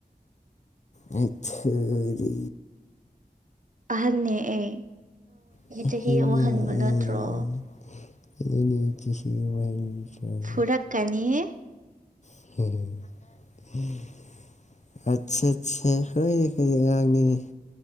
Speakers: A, on the left; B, on the right.
A: ꯑꯩꯊꯔꯤ
B: ꯑꯍꯟꯅ‌ꯦ ꯑꯩ
A: ꯑꯍꯟꯅ‌ꯦ
B: ꯆꯍꯤ ꯑꯃ ꯍꯟꯕ ꯅꯠꯇ꯭ꯔꯣ
A: ꯑꯩ <unintelligible>
B: ꯐꯨꯔꯛꯀꯅꯤꯍ‌ꯦ
A: <unintelligible> ꯑꯠꯆꯥ ꯑꯠꯆꯥ ꯍꯣꯏꯅꯦ ꯑꯩꯈ‌ꯣꯏꯗꯤ ꯑꯉꯥꯡꯅꯤꯅꯦ